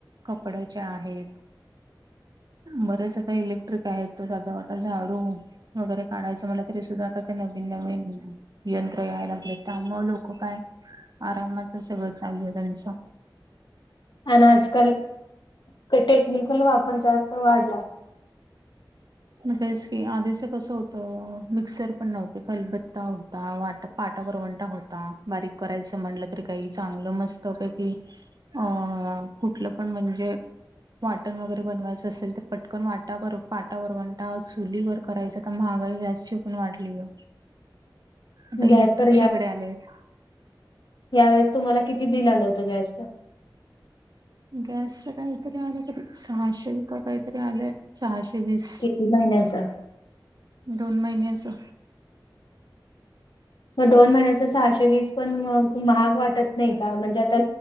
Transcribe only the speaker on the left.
आणि आजकाल टेक्निकल वापर जास्त वाढलाय. <unintelligible>
गॅस
तर
यावेळेस तुम्हाला किती बिल आलं होतं गॅसचं
कती महिन्याचा
मग दोन महिन्याच सहाशे वीस पण महाग वाटत नाही का म्हणजे आता